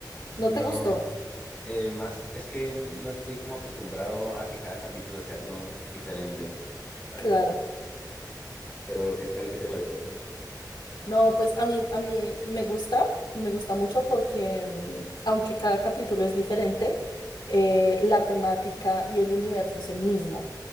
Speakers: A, on the left; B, on the left.
A: No,
B: ¿No te gustó?
A: eh, más es que no estoy como acostumbrado a que cada capítulo sea algo diferente, ¿sabes?
B: Claro.
A: Pero ¿qué tal? ¿Qué te parece a ti?
B: No, pues a mí, a mí me gusta, me gusta mucho porque mm, aunque cada capítulo es diferente, eh, la temática y el universo es el mismo.